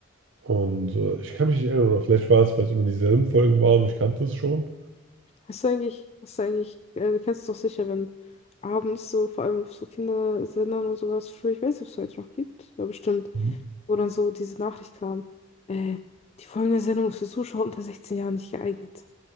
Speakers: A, on the right; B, on the left.
A: Und äh, ich kann mich nicht erinnern, oder vielleicht war es, weil es immer dieselben Folgen waren und ich kannte es schon.
B: Hast du eigentlich, hast du eigentlich, äh, du kennst es doch sicher, wenn abends so, vor allem auf so Kindersendern und sowas, früher, ich weiß nicht, ob es heute noch gibt, aber bestimmt,
A: Mhm.
B: wo dann so diese Nachricht kam, äh, die folgende Sendung ist für Zuschauer unter 16 Jahren nicht geeignet.